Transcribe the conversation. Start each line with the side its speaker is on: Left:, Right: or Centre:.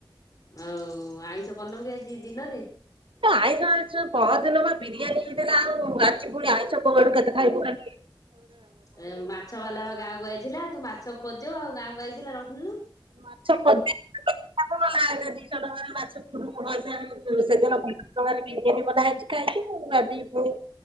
Left: ଆଉ ଆଇଁଷ କରିନୋଉ କି ଆଜି ଦିନରେ?
Right: ପା ଆଇଁଷ ଆଣିଛୁ ପହରଦିନ ପା ବିରିୟାନୀ ହେଇଥିଲା ଆଉ ଆଜି ପୁଣି ଆଇଁଷ କୋଉଆଡୁ କେତେ ଖାଇବୁ ଖା
Left: ଏ ମାଛବାଲା ପା ଗାଁକୁ ଆଇଥିଲା ତୁ ମାଛ ଖୋଜୁ ଆଉ ଗାଁକୁ ଆଇଥିଲା ରଖିଲୁନି।
Right: ମାଛ ଖୋଜେ <inaudible> ଦିଇଶ ଟଙ୍କାରେ ମାଛ ଖୁରୁ ପଇସା ସେଦିନ <inaudible> ବିରିୟାନୀ <inaudible> ହେଇଚି। କାଲିକି ମୁଁ ଆଜି ଭୋରୁ